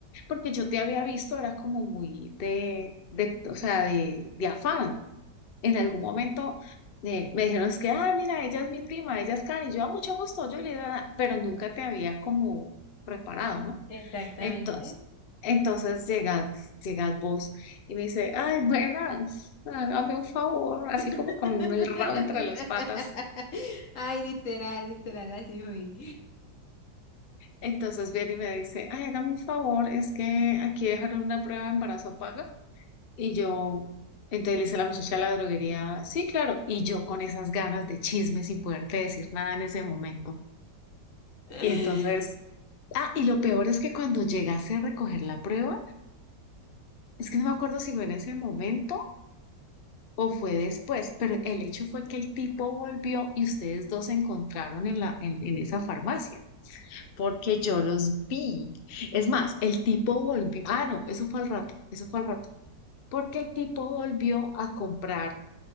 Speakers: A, on the left (about 80°); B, on the left (about 50°).
A: porque yo te había visto, era como muy de, de o sea, de, de afán. En algún momento eh, me dijeron, es que, ah, mira, ella es mi prima, ella es Karen, y yo, a mucho gusto, yo le pero nunca te había como preparado, ¿no?
B: Exactamente.
A: Entonces, entonces llegad, llegad vos y me dice, ay, buenas, hágame un favor, así
B: <laughs>
A: como con el rabo entre las patas.
B: Ay, literal, literal, así fui.
A: Entonces viene y me dice, ay, hágame un favor, es que aquí dejaron una prueba de embarazo paga. Y yo, entonces le dice la muchacha de la droguería, sí, claro. Y yo con esas ganas de chisme sin poderte decir nada en ese momento.
B: <laughs>
A: Y entonces, ah, y lo peor es que cuando llegase a recoger la prueba, es que no me acuerdo si fue en ese momento. O fue después, pero el hecho fue que el tipo volvió y ustedes dos se encontraron en la, en, en esa farmacia, porque yo los vi. Es más, el tipo volvió, ah, no, eso fue al rato, eso fue al rato, porque el tipo volvió a comprar,